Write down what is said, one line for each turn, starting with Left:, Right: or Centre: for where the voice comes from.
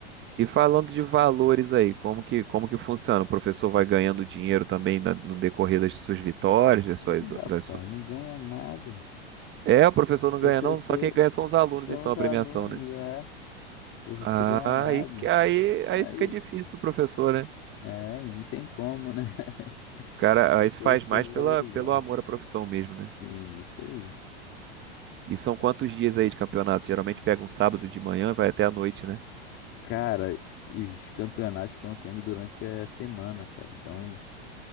Right: E falando de valores aí, como que, como que funciona? O professor vai ganhando dinheiro também na- no decorrer das suas vitórias, das
Left: Ih,
Right: suas,
Left: rapaz,
Right: das,
Left: não ganha nada.
Right: É, o professor não
Left: Professor,
Right: ganha não, só quem ganha são os alunos,
Left: somos
Right: então, a
Left: alunos,
Right: premiação, né?
Left: é. Professor
Right: Ah,
Left: ganha nada.
Right: aí, que- aí, aí
Left: Aí,
Right: fica difícil pro professor, né? O
Left: é, aí não tem como, né? <laughs>
Right: Cara,
Left: O Professor
Right: aí faz
Left: fica
Right: mais
Left: desvalorizado.
Right: pela, pelo amor à profissão mesmo, né?
Left: Sim, isso aí.
Right: E são quantos dias aí de campeonato? Geralmente pega um sábado de manhã e vai até a noite, né?
Left: Cara, os campeonatos estão sendo durante a semana, cara. Então,